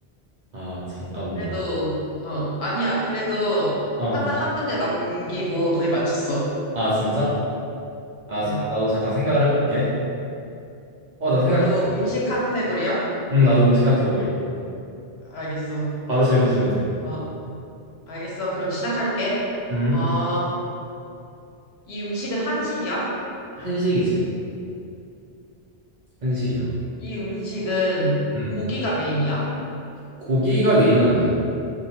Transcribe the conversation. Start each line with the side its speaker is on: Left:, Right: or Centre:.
Right: 아, 잠깐만.
Left: 그래도, 어, 아니야. 그래도
Right: 어.
Left: 하나, 한 문제 남기고 거의 맞췄어.
Right: 아, 진짜? 아,
Left: 네.
Right: 잠깐 나도 잠깐 생각을 해볼게. 어, 나 생각했어.
Left: 너도 음식 카테고리야?
Right: 응, 나도 음식 카테고리.
Left: 알겠어.
Right: 바로 질문 주면 돼.
Left: 어, 알겠어. 그럼 시작할게.
Right: 응?
Left: 어, 이 음식은 한식이야?
Right: 한식이지. 한식이야.
Left: 이 음식은
Right: 응.
Left: 고기가 메인이야?
Right: 고기가 메인은 아니야.